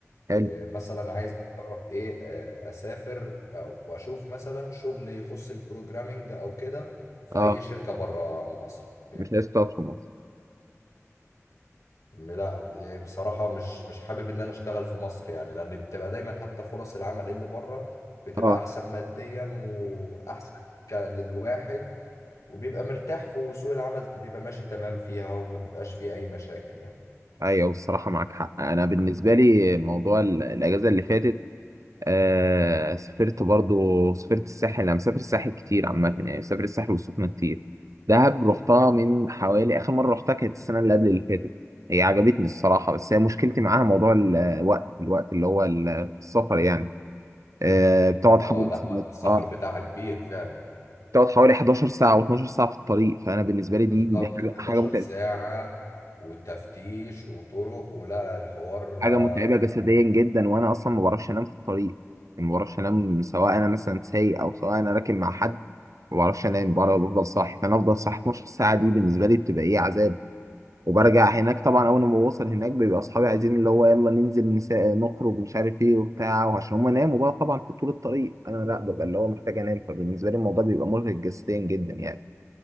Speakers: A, on the left (about 90°); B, on the right (about 80°).
A: إيه،
B: حلو
A: مثلا عايز اجرب ايه آه، اسافر او واشوف مثلا شغل يخص البروجرامينج او كده في
B: اه
A: اي شركة بره مصر يعني
B: مش عايز تقعد في مصر
A: لا إيه، بصراحة مش مش حابب ان انا اشتغل في مصر يعني لان بتبقى دايما حتى فرص العمل اللي بره بتبقى
B: اه
A: احسن ماديا واحسن ك- للواحد وبيبقى مرتاح في وسوق العمل بيبقى ماشي تمام فيها وما بيبقاش فيه أي مشاكل يعني
B: ايوه الصراحة معاك حق انا بالنسبة لي موضوع ال- الأجازة اللي فاتت آه سافرت برضو سافرت الساحل انا مسافر الساحل كتير عامة يعني سافرت الساحل والسخنة كتير دهب رحتها من حوالي اخر مرة رحتها كانت السنة اللي قبل اللي فاتت هي عجبتني الصراحة بس هي مشكلتي معاها موضوع الوقت الوقت اللي هو ال- السفر يعني آه بتقعد
A: اه
B: حوالي
A: لا وقت السفر
B: اه
A: بتاعها كبير فعلا
B: بتقعد حوالي 11 ساعة و12 ساعة في الطريق فانا بالنسبة لي دي
A: بالظبط
B: دي حاجة
A: 11
B: حاجة متعبة
A: ساعة وتفتيش وطرق ولا الحوار
B: حاجه
A: آه،
B: متعبه جسديا
A: يعني.
B: جدا وانا اصلا ما بعرفش انام في الطريق يعني ما بعرفش انام سواء انا مثلا سايق او سواء انا راكب مع حد ما بعرفش انام بره بفضل صاحي فانا افضل صاحي 12 ساعه دي بالنسبه لي بتبقى ايه عذاب وبرجع هناك طبعا اول ما بوصل هناك بيبقى اصحابي عايزين اللي هو يلا ننزل نسا... نخرج ومش عارف ايه وبتاع وعشان هم ناموا بقى طبعا في طول الطريق انا لا ببقى اللي هو محتاج انام فبالنسبه لي الموضوع بيبقى مرهق جسديا جدا يعني